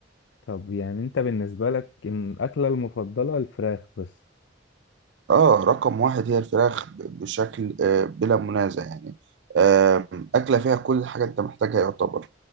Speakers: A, on the left; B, on the right.
A: طب يعني انت بالنسبه لك إن الاكله المفضله الفراخ بس
B: اه رقم واحد هي الفراخ ب- بشكل آه، بلا منازع يعني آم، أكلة فيها كل حاجة أنت محتاجها يعتبر